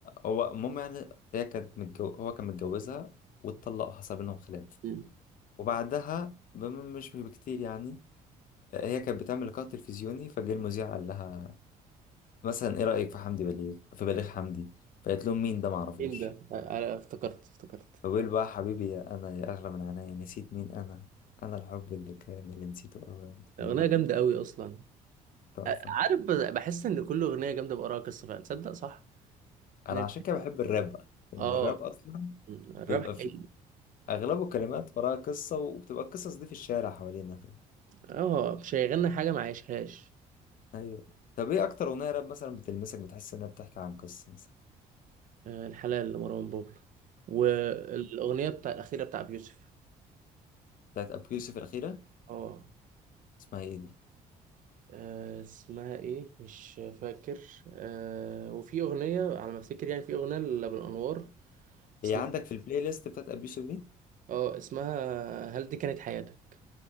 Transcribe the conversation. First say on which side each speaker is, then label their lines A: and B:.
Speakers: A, on the left; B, on the right.
A: هو المهم يعني هي كانت متجو... هو كان متجوزها واتطلقوا حصل بينهم خلاف
B: مم.
A: وبعدها بم- مش بكتير يعني هي كانت بتعمل لقاء تلفزيوني فجه المذيع قال لها مثلا ايه رأيك في حمدي بليغ في بليغ حمدي فقالت لهم مين ده معرفوش
B: مين ده آه، آه، افتكرت افتكرت
A: فبيقول بقى حبيبي يا انا يا اغلى من عينيا نسيت مين انا انا الحب اللي كان اللي نسيته اوان يعني
B: اغنيه جامده قوي اصلا
A: تحفة
B: آه، عارف ب- بحس ان كل اغنيه جامده بقراها قصه فعلا تصدق صح
A: انا
B: إن-
A: عشان كده بحب الراب بقى لان
B: اه
A: الراب اصلا
B: مم. الراب
A: بيبقى
B: حقيقي.
A: فيه اغلبه كلمات وراها قصة وبتبقى القصص دي في الشارع حوالينا فاهم؟
B: اه مش هيغني حاجه ما عايشهاش
A: ايوه طب ايه اكتر اغنية راب مثلا بتلمسك بتحس انها بتحكي عن قصة مثلا
B: آه، الحلال لمروان بابلو والاغنيه بتاع الاخيره بتاع بيوسف
A: بتاعت ابو يوسف الاخيرة
B: اه
A: اسمها ايه دي
B: آه، اسمها ايه مش فاكر آه، وفي اغنيه على ما افتكر يعني في اغنيه لابو الانوار
A: هي
B: اسمها
A: عندك في البلاي ليست بتاعت ابو يوسف دي
B: اه اسمها هل دي كانت حياتك